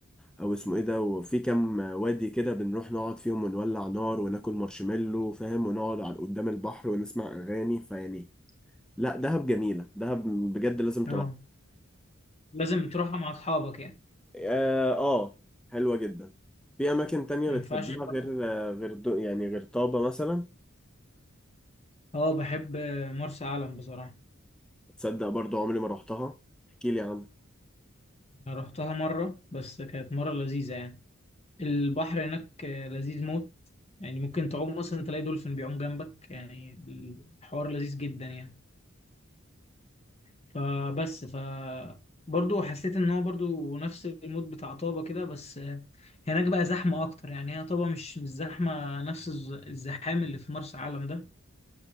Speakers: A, in the centre; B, on the left.
A: أو اسمه إيه ده وفي كام وادي كده بنروح نقعد فيهم ونولع نار وناكل مارشميلو فاهم ونقعد على قدام البحر ونسمع أغاني فيعني لا دهب جميلة دهب بجد لازم تروح
B: اه لازم تروحها مع اصحابك يعني
A: آه, آه حلوة جدا في أماكن تانية
B: ما
A: بتحبها
B: ينفعش تروح
A: غير
B: لوحدك.
A: آه، غير دو- يعني غير طابة مثلا
B: اه بحب مرسى علم بصراحه
A: تصدق برضو عمري ما روحتها احكي لي عنها
B: انا رحتها مره بس كانت مره لذيذه يعني البحر هناك لذيذ موت يعني ممكن تعوم مثلا تلاقي دولفين بيعوم جنبك يعني الحوار لذيذ جدا يعني فبس ف برضه حسيت ان هو برضه نفس المود بتاع طابة كده بس آه، هناك بقى زحمة اكتر يعني هي طابة مش مش زحمة نفس الز- الزحام اللي في مرسى علم ده